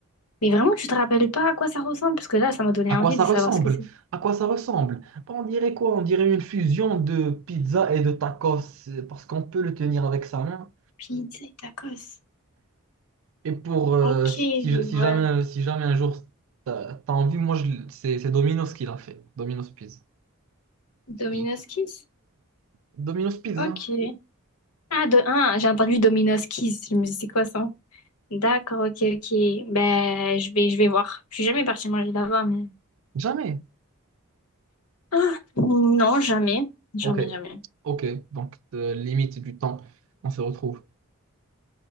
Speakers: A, on the left; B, on the right.
A: mais vraiment, tu te rappelles pas à quoi ça ressemble? Parce que là, ça m'a donné
B: À
A: envie
B: quoi ça
A: de savoir
B: ressemble?
A: ce que c'est.
B: À quoi ça ressemble? Bah, On dirait quoi? On dirait une fusion de pizza et de tacos, parce qu'on peut le tenir avec sa main.
A: Pizza et tacos.
B: Et pour euh,
A: Ok,
B: si, si- ja- si
A: ouais.
B: jamais si jamais un jour t'as t'as envie, moi je- l- c'est c'est Domino's qui l'a fait. Domino's Pizza.
A: Domino's
B: Qui, qui-
A: Kiss?
B: Domino's Pizza?
A: Ok. Ah, de un, j'ai entendu Domino's Kiss. Je me dis, c'est quoi ça? D'accord, ok, ok. Ben, je vais, je vais voir. Je suis jamais partie manger là-bas, mais.
B: Jamais.
A: Ah, non, jamais. Jamais,
B: Ok.
A: jamais.
B: Ok. Donc euh, limite du temps, on se retrouve.